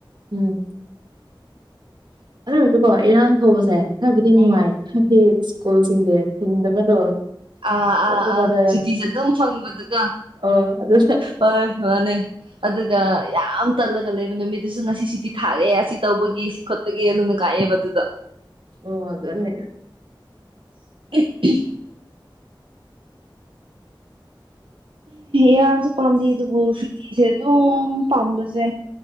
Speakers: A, on the right; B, on the right.
A: ꯎꯝ ꯑꯗꯨ ꯑꯣꯏꯔꯁꯨꯀꯣ ꯏꯔꯥꯡ ꯊꯧꯕꯁꯦ ꯈꯔꯕꯨꯗꯤ ꯅꯨꯡꯉꯥꯏ
B: ꯎꯝ
A: ꯍꯥꯏꯕꯗꯤ ꯁ꯭ꯀꯨꯜꯁꯤꯡꯁꯦ ꯊꯤꯟꯗꯕꯗꯣ
B: ꯑꯥ
A: ꯆꯠꯇꯕꯗꯣ
B: ꯑꯥ ꯑꯥ ꯁꯨꯇꯤꯁꯦ ꯑꯗꯨꯝ ꯐꯪꯕꯗꯨꯒ
A: ꯑ ꯑꯗꯨ
B: ꯍꯣꯏ ꯃꯥꯅꯦ ꯑꯗꯨꯒ ꯌꯥꯝ ꯇꯜꯂꯒ ꯂꯩꯕ ꯅꯨꯃꯤꯠꯇꯗꯨꯁꯨ ꯉꯁꯤ ꯁꯤꯇꯤ ꯊꯥꯔꯦ ꯁꯤ ꯇꯧꯕꯒꯤ ꯁꯤ ꯈꯣꯠꯄꯒꯤ ꯑꯗꯨꯅ ꯉꯥꯑꯦꯕ ꯑꯗꯨꯗ
A: ꯑꯣ ꯑꯗꯅꯦ
B: <unintelligible> ꯌꯁꯨ ꯄꯥꯝꯗꯦ ꯑꯗꯨꯕꯨ ꯁꯨꯇꯤꯁꯦ ꯑꯗꯨꯝ ꯄꯥꯝꯕꯁꯦ